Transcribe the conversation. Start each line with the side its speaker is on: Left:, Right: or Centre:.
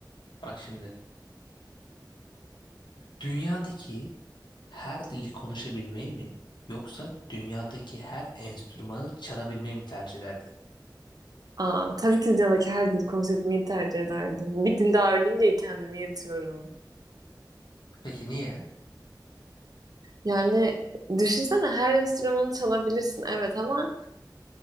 Left: bak şimdi dünyadaki her dili konuşabilmeyi mi yoksa dünyadaki her enstrümanı çalabilmeyi mi tercih ederdin?
Right: Aa, tabii ki dünyadaki her dil konseptimi tercih ederdim. Bir dilde öğreneyim diye kendimi yırtıyorum.
Left: Peki niye?
Right: Yani düşünsene her enstrümanı çalabilirsin evet ama